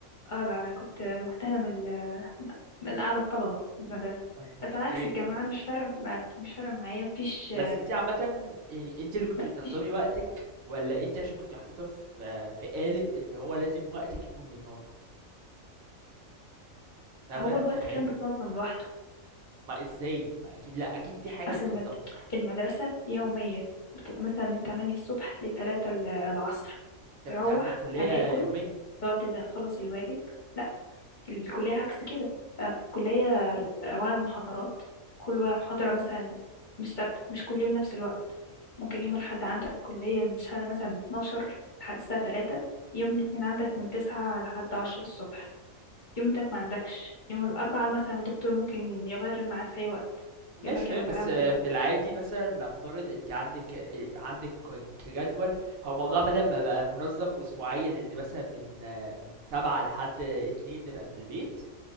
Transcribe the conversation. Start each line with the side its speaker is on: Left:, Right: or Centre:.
Left: اه لا أنا كنت مجتهدة من ال- من أعلى الطلبة في المدرسة
Right: أوك-
Left: بس
Right: اوكي
Left: على عكس الجامعة أنا مش فارق مع- مش فارق معايا مفيش
Right: بس انت عامه يعني انت اللي كنت
Left: ما
Right: بتنظمي
Left: فيش
Right: وقتك ولا انت عشان كنت محطوطه في آه، في قالب ان هو لازم وقتك يكون متنظم فاهمه
Left: هو الوقت
Right: فاهماني
Left: كان بتنظم لوحده
Right: ما ازاي ما اكيد لا اكيد في حاجه
Left: بس
Right: بتنظمه
Left: المد... المدرسة يوميا بتبقى مثلا من 8 الصبح ل 3 ال- العصر
Right: طب
Left: تروح
Right: انت عندك كليه
Left: هتاكل
Right: يوميه
Left: تقعد تخلص الواجب لا الكلية عكس كده آه، الكلية أولا محاضرات كل وا- محاضرة مثلا مش ثابتة مش كل يوم نفس الوقت ممكن يوم الأحد عندك كلية من الساعة مثلا من 12 لحد الساعة 3 يوم الاثنين عندك من 9 لحد 10 الصبح يوم التلات ما عندكش يوم الأربعاء مثلا الدكتور ممكن يغير الميعاد في أي وقت
Right: ماشي
Left: يقولك
Right: تمام
Left: يلا تعالوا
Right: بس آه،
Left: دلوقتي
Right: في العادي مثلا نفترض انت عندك عندك ك- كجدول هو الموضوع بدل ما بقى منظم اسبوعيا ان مثلا من آه، من سبعة لحد اتنين نبقى في البيت